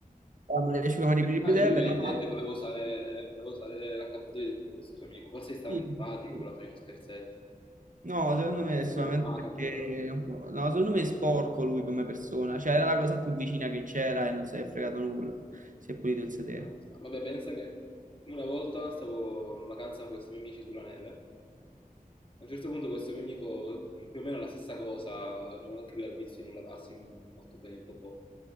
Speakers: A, on the right; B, on the left.
A: Avevamo le asciugamani per il
B: Ah,
A: bidet,
B: e lui evidentemente
A: per la pasta.
B: voleva usare, eh, voleva usare l'accappatoio di questo suo amico. Forse gli stava
A: sì,
B: antipatico,
A: sì.
B: voleva fare uno scherzetto.
A: No, secondo
B: Un
A: me
B: pezzetto
A: è solamente
B: un po' macabro,
A: perché,
B: però.
A: è un po'- no, secondo me è sporco lui come persona, cioè era la cosa più vicina che c'era e non si è fregato nulla, si è pulito il sedere.
B: Ah, sta. Vabbè, pensa che una volta stavo in vacanza con questi miei amici sulla neve. A un certo punto questo mio amico, più o meno la stessa cosa, non anche lui ha il vizio di non lavarsi molto bene il popò.